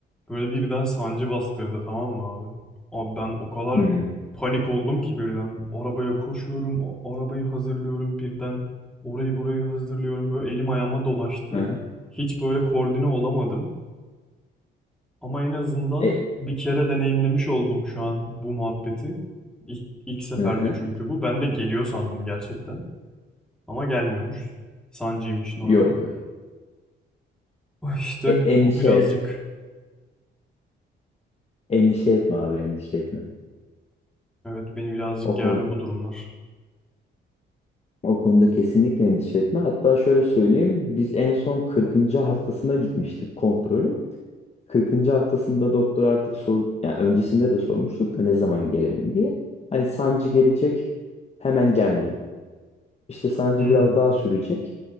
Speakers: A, in the centre; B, on the left.
A: Böyle birden sancı bastırdı tamam mı abi? Abi ben o kadar
B: Hmm.
A: panik oldum ki birden. Arabaya koşuyorum, a- arabayı hazırlıyorum birden. Orayı burayı hazırlıyorum. Böyle elim ayağıma dolaştı.
B: Hı-hı.
A: Hiç böyle koordine olamadım. Ama en azından
B: E,
A: bir kere deneyimlemiş oldum şu an bu muhabbeti. İlk, ilk seferdi
B: aha aha
A: çünkü bu. Ben de geliyor sandım gerçekten. Ama gelmiyormuş. Sancıymış normal.
B: Yok yok.
A: Ah İşte
B: E, endişe
A: o birazcık...
B: endişe etme abi endişe etme.
A: Evet beni birazcık
B: O
A: gerdi
B: konu
A: bu durumlar.
B: O konuda kesinlikle endişe etme. Hatta şöyle söyleyeyim, biz en son 40. haftasına gitmiştik kontrole. 40. haftasında doktor artık sor, yani öncesinde de sormuştuk da ne zaman gelelim diye. Hani sancı gelecek, hemen gelmeyin işte sancı
A: Hmm.
B: biraz daha sürecek.